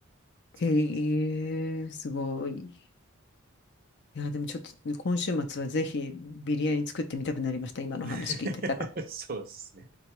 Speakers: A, on the right; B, on the left.
A: 作ります。
B: へえ、すごい。いや、でもちょっとね今週末はぜひビリヤニ作ってみたくなりました。今の話聞いてたら。
A: <laughs> そうですね。